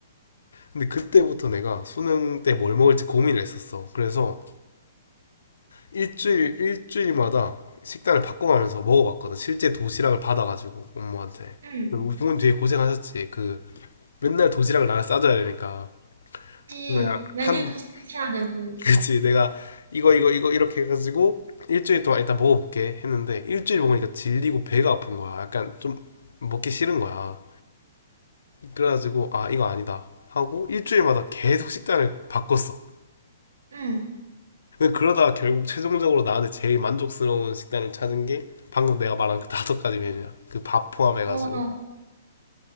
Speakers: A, on the left; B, on the right.
A: 근데 그때부터 내가 수능 때 뭘 먹을지 고민을 했었어. 그래서 일주일 일주일마다 식단을 바꿔가면서 먹어봤거든. 실제 도시락을 받아가지고 엄마한테.
B: 응.
A: 우리 부모님 되게 고생하셨지. 그 맨날 도시락을 나를 싸줘야 되니까.
B: 그치.
A: 내가
B: 메뉴도
A: 한
B: 시켜야 되고.
A: <laughs> 그치 내가 이거 이거 이거 이렇게 해가지고 일주일 동안 일단 먹어볼게 했는데 일주일 먹으니까 질리고 배가 아픈 거야. 약간 좀 먹기 싫은 거야. 그래가지고 아 이거 아니다 하고 일주일마다 계속 식단을 바꿨어.
B: 응.
A: 그러다가 결국 최종적으로 나한테 제일 만족스러운 식단을 찾은 게 방금 내가 말한 그 다섯 가지 메뉴야. 그 밥 포함해가지고.
B: 와.